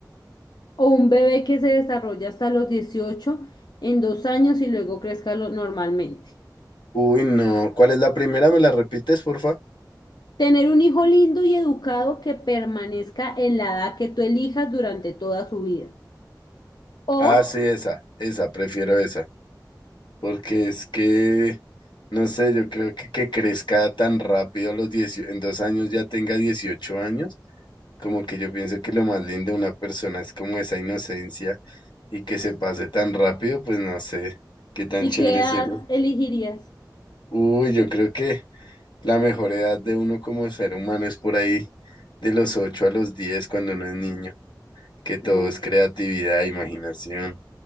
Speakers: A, on the left (about 70°); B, on the left (about 85°).
A: ¿O un bebé que se desarrolla hasta los 18 en dos años y luego crezca lo- normalmente?
B: Uy, no. ¿Cuál es la primera? ¿Me la repites, porfa?
A: Tener un hijo lindo y educado que permanezca en la edad que tú elijas durante toda su vida. O,
B: Ah, sí, esa. Esa, prefiero esa. Porque es que, no sé, yo creo que que crezca tan rápido a los 10, en dos años ya tenga 18 años, como que yo pienso que lo más lindo de una persona es como esa inocencia y que se pase tan rápido, pues no sé qué tan
A: ¿y
B: chévere
A: qué edad
B: sería.
A: elegirías?
B: Uy, yo creo que... La mejor edad de uno como ser humano es por ahí de los 8 a los 10 cuando uno es niño, que todo
A: Mm,
B: es creatividad, imaginación.